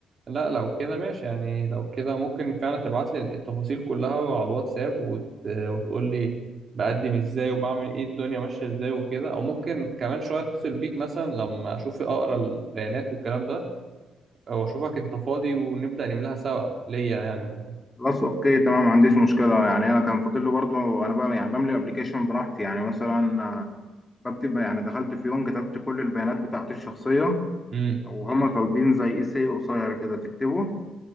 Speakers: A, on the right; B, on the left.
A: لا لو كده ماشي يعني لو كده ممكن فعلا تبعت لي التفاصيل كلها على الواتساب وت... وتقول لي بقدم ازاي وبعمل ايه الدنيا ماشية ازاي وكده او ممكن كمان شوية اتصل بيك مثلا لما اشوف اقرا البيانات والكلام ده او اشوفك انت فاضي ونبدأ نملاها سوا ليا يعني مثلا
B: خلاص اوكي تمام ما عنديش مشكله يعني انا كان فاضل لي برضو انا بقى يعني بملي ابلكيشن براحتي يعني مثلا آه، بكتب يعني دخلت في يوم كتبت كل البيانات بتاعتي الشخصيه
A: امم
B: وهم طالبين زي اي سي قصير كده تكتبه